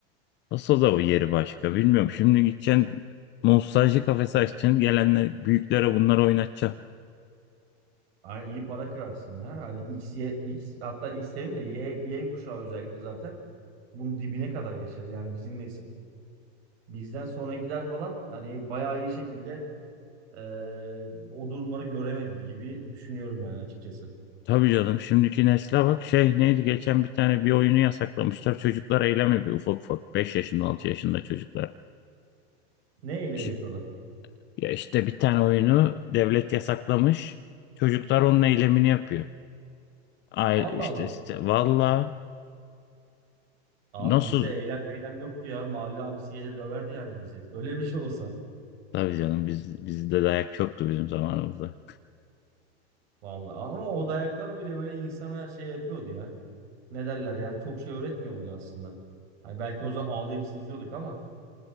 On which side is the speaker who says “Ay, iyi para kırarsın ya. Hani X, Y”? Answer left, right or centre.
Right